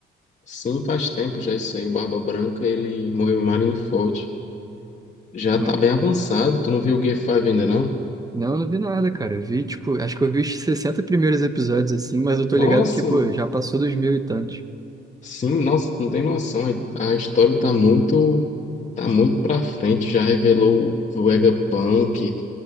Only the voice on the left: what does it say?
Sim, faz tempo já isso aí. O Barba Branca, ele morreu em Marineford. Já
tá bem avançado. Tu não viu o Gear 5 ainda, não?
Nossa,
mano.
Sim, nossa, tu não tem noção. A a história tá muito... Tá muito pra frente. Já revelou o Vegapunk.